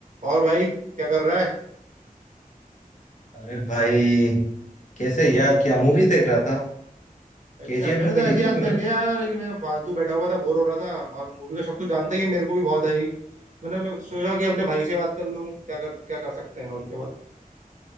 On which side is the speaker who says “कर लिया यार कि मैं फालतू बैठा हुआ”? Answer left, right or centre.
Right